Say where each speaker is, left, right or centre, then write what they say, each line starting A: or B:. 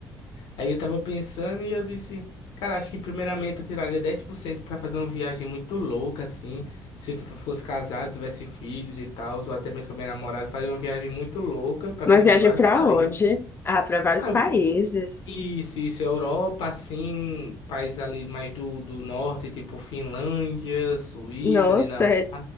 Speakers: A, on the left; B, on the left.
A: Aí eu tava pensando e eu disse, cara, acho que primeiramente eu tiraria 10% pra fazer uma viagem muito louca, assim. Se eu tipo, fosse casado, tivesse filhos e tal, ou até mesmo com a minha namorada, fazer uma viagem muito louca pra
B: Uma
A: conhecer
B: viagem
A: vários
B: para
A: países.
B: onde? Ah, para vários
A: Ah,
B: países.
A: eu- isso, isso, Europa, assim, países ali mais do, do norte, tipo Finlândia, Suíça,
B: Nossa,
A: Dinamarca.
B: é-